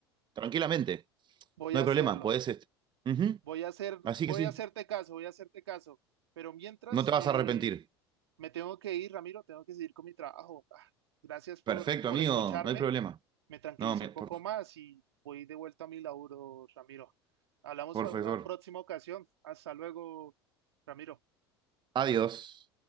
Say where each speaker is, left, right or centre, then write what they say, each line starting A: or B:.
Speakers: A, on the right; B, on the right.
A: tranquilamente,
B: Voy
A: no
B: a
A: hay
B: hacerlo.
A: problema, podés... est- Ujú,
B: Voy a hacer,
A: Así
B: voy
A: que sí,
B: a hacerte caso, voy a hacerte caso. Pero mientras
A: no te vas
B: eh,
A: a arrepentir.
B: me tengo que ir, Ramiro, tengo que seguir con mi trabajo. Ah, gracias por,
A: Perfecto,
B: por
A: amigo,
B: escucharme.
A: no hay problema.
B: Me tranquilicé
A: No, me-
B: un
A: por-
B: poco más y voy de vuelta a mi laburo, Ramiro. Hablamos
A: por
B: en
A: favor.
B: una próxima ocasión. Hasta luego, Ramiro.
A: Adiós.